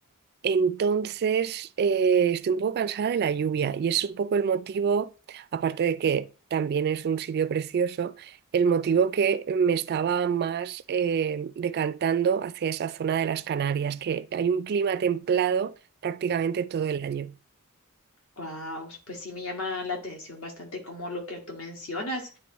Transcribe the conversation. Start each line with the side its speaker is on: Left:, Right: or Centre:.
Right: Entonces, eh, estoy un poco cansada de la lluvia y es un poco el motivo, aparte de que también es un sitio precioso, el motivo que me estaba más eh, decantando hacia esa zona de las Canarias, que hay un clima templado prácticamente todo el año.
Left: guau, pues sí me llama la atención bastante como lo que tú mencionas.